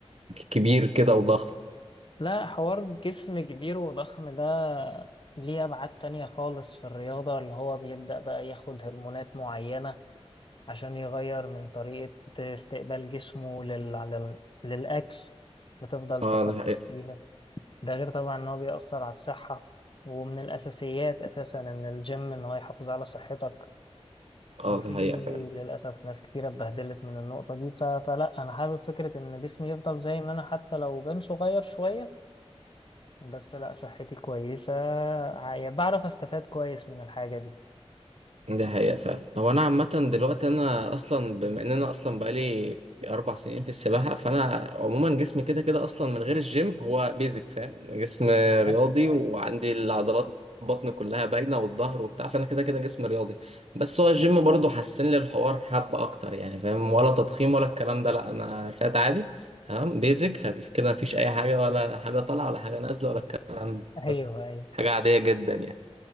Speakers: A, on the right (about 70°); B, on the left (about 50°).
A: كبير كده وضخم
B: لا حوار جسم كبير وضخم ده ليه أبعاد تانية خالص في الرياضة اللي هو بيبدأ بقى ياخد هرمونات معينة عشان يغير من طريقة استقبال جسمه لل... لل... للأكل بتفضل
A: اه
B: تكبر
A: ده حقيقه
B: فيها ده غير طبعا إن هو بيأثر على الصحة ومن الأساسيات أساسا إن الجيم إن هو يحافظ على صحتك
A: اه
B: وفي
A: ده حقيقه فعلا
B: للأسف ناس كتيرة اتبهدلت من النقطة دي ف... فلا أنا حابب فكرة إن جسمي يفضل زي ما أنا حتى لو بين صغير شوية بس لا صحتي كويسة عاي- بعرف استفاد كويس من الحاجة دي
A: ده حقيقة فعلا هو أنا عامة دلوقتي أنا أصلا بما إن أنا أصلا بقالي أربع سنين في السباحة فأنا عموما جسمي كده كده أصلا من غير الجيم هو بيزك فاهم جسم رياضي
B: ايوه
A: وعندي
B: ايوه
A: العضلات بطن كلها باينة والظهر وبتاع فأنا كده كده جسم رياضي بس هو الجيم برضه حسن لي الحوار حبة أكتر يعني فاهم ولا تضخيم ولا الكلام ده لأ أنا فات عادي تمام بيزك خفيف كده مفيش أي حاجة ولا حاجة طالعة ولا حاجة نازلة ولا الكلام ده
B: ايوه ايوه
A: حاجة عادية جدا يعني